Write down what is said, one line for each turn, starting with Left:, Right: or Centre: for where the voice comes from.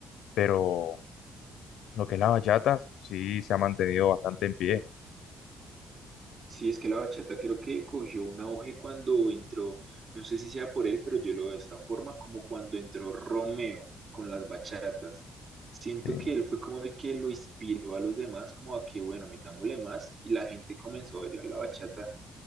Left: pero Lo que es la bachata, sí se ha mantenido bastante en pie.
Right: Sí, es que la bachata creo que cogió un auge cuando entró, no sé si sea por él, pero yo lo veo de esta forma, como cuando entró Romeo con las bachatas. Siento
Left: Sí.
Right: que él fue como el que lo inspiró a los demás, como a que, bueno, metámosle más, y la gente comenzó a bailar la bachata